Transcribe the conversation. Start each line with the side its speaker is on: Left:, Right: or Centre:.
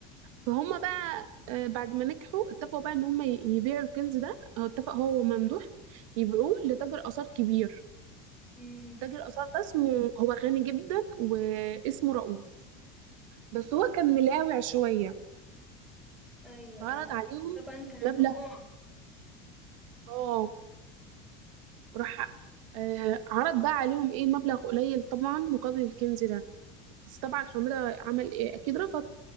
Right: فهم بقى آه، بعد ما نجحوا اتفقوا بقى ان هم ي- يبيعوا الكنز ده هو اتفق هو وممدوح يبيعوه لتاجر آثار كبير
Centre: أمم،
Right: تاجر آثار ده اسمه هو غني جدا واسمه رؤوف بس هو كان ملاوع شوية
Centre: أيوه
Right: فعرض
Centre: أيوه
Right: عليهم
Centre: طبعا كان
Right: مبلغ
Centre: طماع
Right: اه راح آه، عرض بقى عليهم ايه مبلغ قليل طبعا مقابل الكنز ده بس طبعا حمادة عمل ايه اكيد رفض